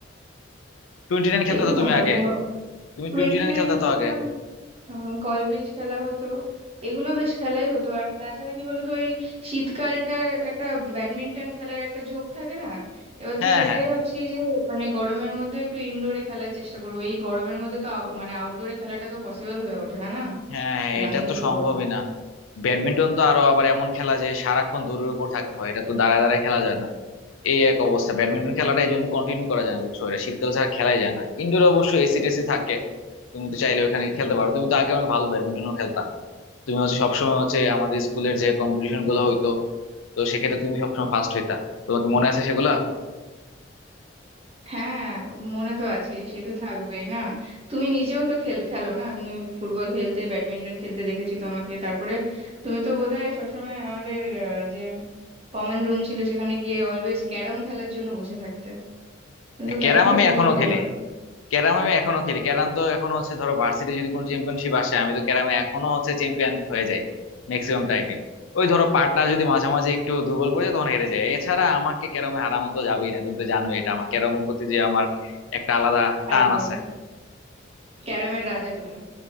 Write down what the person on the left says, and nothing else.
টোয়েন্টি নাইন খেলতা
তো তুমি
আগে
তুমি
টোয়েন্টি নাইন
খেলতা
তো আগে
হ্যাঁ
হ্যাঁ
হ্যাঁ হ্যাঁ
এটা তো
সম্ভবই
না ব্যাডমিন্টন তো আরো আবার এমন খেলা যে সারাক্ষণ দড়ির উপর থাকতে হয় এটা তো দাঁড়ায় দাঁড়ায় খেলা যায় না এই এক অবস্থা ব্যাডমিন্টন খেলাটা এই জন্য কন্টিনিউ করা যায় না বুঝছো এটা শীতকাল ছাড়া খেলাই যায় না ইনডোরে অবশ্য এসি টেসি থাকে তুমি তো চাইলে ওখানে খেলতে পারো তুমি তো আগে অনেক ভালো ব্যাডমিন্টনও খেলতা তুমি হচ্ছে সবসময় হচ্ছে আমাদের স্কুলের যে কম্পিটিশন গুলো হইতো তো সেক্ষেত্রে তুমি সবসময় ফার্স্ট হইতা তোমাকে মনে আছে সেগুলা
ক্যারাম
আমি এখনো
খেলি ক্যারাম আমি এখনো খেলি ক্যারাম তো এখনো হচ্ছে ধরো ভার্সিটি যদি কোনো চ্যাম্পিয়নশিপ আসে আমি তো ক্যারামে এখনো হচ্ছে চ্যাম্পিয়ন হয়ে যাই ম্যাক্সিমাম টাইমে ওই ধরো পার্টনার যদি মাঝে মাঝে একটু দুর্বল পড়ে যায় তখন হেরে যায় এছাড়া আমাকে ক্যারামে হারানো তো যাবেই না তুমি তো জানোই এটা আমার ক্যারামের প্রতি যে আমার একটা আলাদা টান
আছে